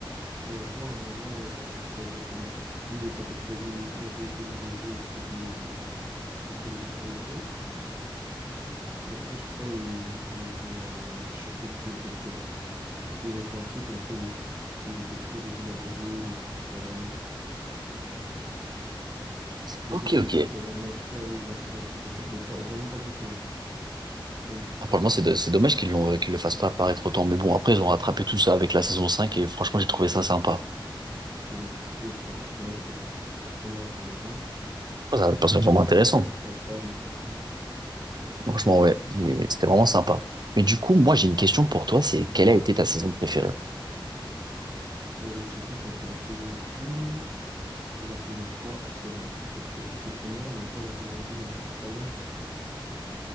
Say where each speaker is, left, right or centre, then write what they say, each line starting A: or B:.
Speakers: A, on the right; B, on the right.
A: On le voit un moment, ouais, voilà, c'est ça exactement. Lui, il est en fait réguli- régularisé auprès des, auprès des autorités. Mais après, je crois, ils, ils ont, je sais plus exactement. Mais ils ont fait un truc comme quoi il, est- il était plus régularisé ou j'en sais rien. Je
B: Ok,
A: sais plus
B: ok.
A: exactement. Mais en tout cas, oui, il apparaît en saison 4, mais pas, vraiment pas beaucoup, hein. À peine.
B: Après, moi, c'est do- c'est dommage qu'ils l'ont, euh, qu'ils le fassent pas apparaître autant. Mais bon, après, ils ont rattrapé tout ça avec la saison 5 et franchement, j'ai trouvé
A: Ouais,
B: ça sympa.
A: effectivement. Parce que c'est un personnage euh, vraiment intéressant.
B: Ça,
A: Avec sa,
B: C'est vraiment
A: sa,
B: intéressant.
A: sa femme et sa fille.
B: Franchement, ouais, mais c'était vraiment sympa. Mais du coup, moi, j'ai une question pour toi, c'est quelle a été ta saison préférée?
A: Euh, j'hésite entre la saison 1 et la saison 3 à Soda. J'ai trop kiffé Soda, mais en même temps, la saison 1, elle est incroyable.